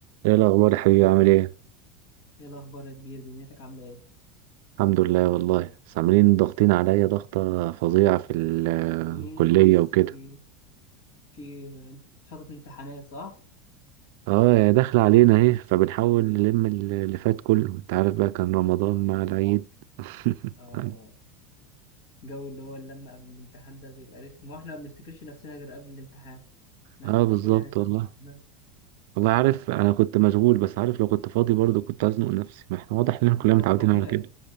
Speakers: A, on the right; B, on the left.
A: ايه الاخبار يا حبيبي عامل ايه
B: ايه الاخبار يا كبير دنيتك عامله ايه
A: الحمد لله والله بس عاملين ضاغطين عليا ضغطه فظيعه في الكليه
B: ليه بس
A: وكده
B: في في فتره امتحانات صح
A: اه يا داخله علينا اهي فبنحاول نلم اللي فات كله انت عارف بقى كان رمضان
B: يا
A: مع
B: عيني
A: العيد <laughs>
B: اه الجو اللي هو اللمه قبل الامتحان ده بيبقى رخم واحنا ما بنفتكرش نفسنا غير قبل الامتحان احنا
A: اه
B: هنفتكر
A: بالظبط
B: يعني طول
A: والله
B: السنه
A: والله عارف انا كنت مشغول بس عارف لو كنت فاضي برضه كنت هزنق نفسي ما احنا واضح اننا كلنا
B: ده ده
A: متعودين
B: الطبيعي
A: على كده